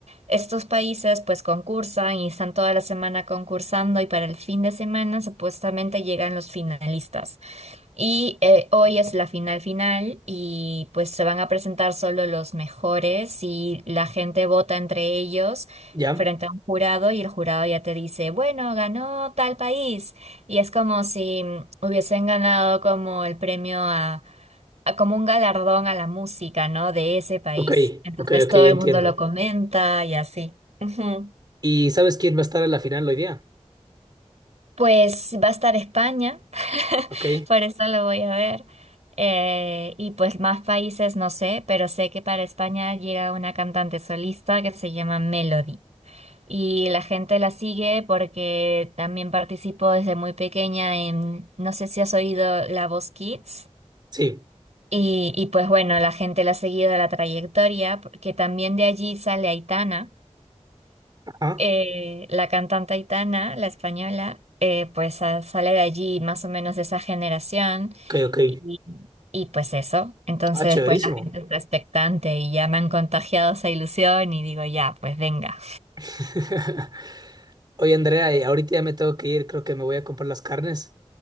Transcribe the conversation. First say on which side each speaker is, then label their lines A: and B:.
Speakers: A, on the right; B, on the right.
A: estos países pues concursan y están toda la semana concursando y para el fin de semana supuestamente llegan los finalistas. Y eh, hoy es la final final y pues se van a presentar solo los mejores y la gente vota entre ellos
B: Ya.
A: frente a un jurado y el jurado ya te dice, bueno, ganó tal país. Y es como si mm, hubiesen ganado como el premio a, a como un galardón a la música, ¿no? De ese país.
B: Ok,
A: Entonces
B: ok, ok,
A: todo
B: ya
A: el
B: entiendo.
A: mundo lo comenta y así. Ujú.
B: ¿Y sabes quién va a estar a la final hoy día?
A: Pues va a estar España, <laughs>
B: Ok.
A: por eso lo voy a ver. Eh, y pues más países no sé, pero sé que para España llega una cantante solista que se llama Melody. Y la gente la sigue porque también participó desde muy pequeña en, no sé si has oído La Voz Kids.
B: Sí.
A: Y, y pues bueno, la gente la ha seguido la trayectoria, porque también de allí sale Aitana
B: Ajá.
A: eh, la cantante Aitana, la española, eh, pues sa- sale de allí más o menos de esa generación
B: Ok, ok.
A: y, y pues eso. Entonces
B: Ah, chéverísimo.
A: después la gente está expectante y ya me han contagiado esa ilusión y digo, ya, pues venga.
B: <laughs> Oye, Andrea, y ahorita ya me tengo que ir. Creo que me voy a comprar las carnes.